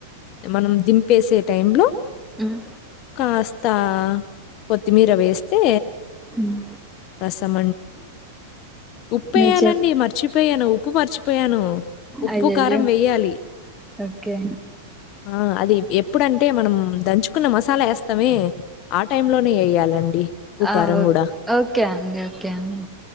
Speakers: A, on the left; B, in the centre.
A: మనం దింపేసే టై లో
B: హ్మ్
A: కా కొత్త కొత్తిమీర వేస్తే
B: హ్మ్
A: రసం ఉప్పుేయాలండి
B: మీరు చెప్
A: మర్చిపోయాను ఉప్పు మరిచిపోయాను ఉప్పు
B: అయ్యయ్యో
A: కారం వెేయ్యాలి
B: ఓకే
A: ఆ అది ఎప్పుడంటే మనం దంచుకున్న మసాలా వేస్తామే ఆ టై లోనే వయ్యాలండి ఉప్పు
B: ఆ
A: కారం
B: ఓ
A: కూడా
B: ఓకే అండి ఓకే అండి